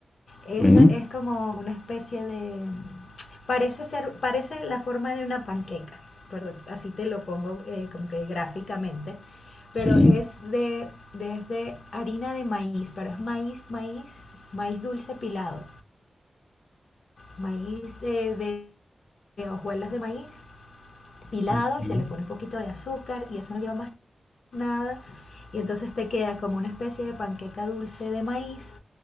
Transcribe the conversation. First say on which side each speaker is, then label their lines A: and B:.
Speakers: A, on the left; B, on the left.
A: Esa
B: Bueno,
A: es como una especie de... Parece ser, parece la forma de una panqueca, perdón, así te lo pongo eh, como que gráficamente,
B: sí.
A: pero es de, desde harina de maíz, pero es maíz, maíz, maíz dulce pilado. maíz eh, de, de hojuelas de maíz pilado
B: ok,
A: y se le pone un poquito de azúcar y eso no lleva más nada. Y entonces te queda como una especie de panqueca dulce de maíz